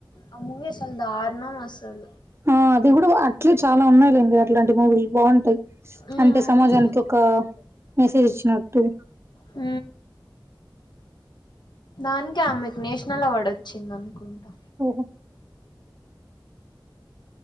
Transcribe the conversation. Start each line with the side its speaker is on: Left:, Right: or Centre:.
Left: ఆ మూవీ అసల్ దారుణం అసలు
Right: ఆ అది కూడా అట్లే చాలా ఉన్నాయిలేండి అట్లాంటి మూవీలు బాగుంటాయి
Left: ఉమ్
Right: అంటే సమాజానికి ఒక మెసేజ్ ఇచ్చినట్టు
Left: హ దానికే ఆమెకు నేషనల్ అవార్డు వచ్చింద అనుకుంటా
Right: ఉహు